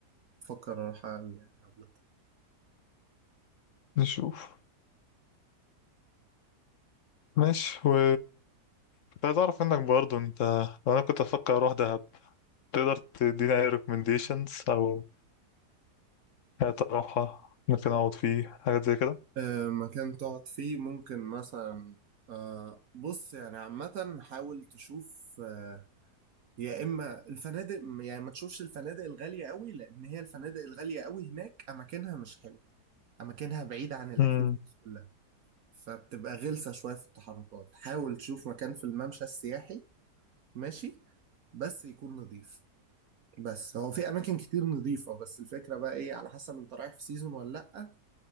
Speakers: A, on the right; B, on the left.
A: بفكر أروحها أوي يعني عامة
B: نشوف ماشي و كنت عايز أعرف منك برضه أنت لو أنا كنت أفكر أروح دهب تقدر تديني أي recommendations أو حاجة أروحها ممكن أقعد فيه حاجات زي كده
A: آه، مكان تقعد فيه ممكن مثلا آه، بص يعني عامة حاول تشوف آه، يا إما الفنادق يعني ما تشوفش الفنادق الغالية قوي لأن هي الفنادق الغالية قوي هناك أماكنها مش حلوة أماكنها بعيدة عن الأكتيفيتيز
B: امم
A: كلها فبتبقى غلسة شوية في التحركات حاول تشوف مكان في الممشى السياحي ماشي بس يكون نظيف بس هو في أماكن كتير نظيفة بس الفكرة بقى إيه على حسب أنت رايح في سيزون ولا لأ